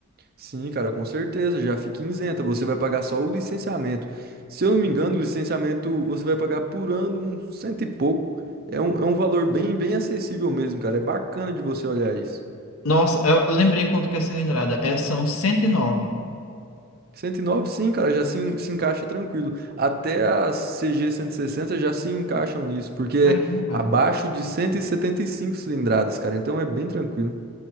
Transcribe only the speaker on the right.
Sim, cara, com certeza, já fica isenta. Você vai pagar só o licenciamento. Se eu não me engano, o licenciamento você vai pagar por ano um cento e pouco. É um, é um valor bem, bem acessível mesmo, cara. É bacana de você olhar isso.
109, sim, cara, já se, en- se encaixa tranquilo. Até as CG 160 já se encaixam nisso, porque
é abaixo de 175 cilindradas, cara, então é bem tranquilo.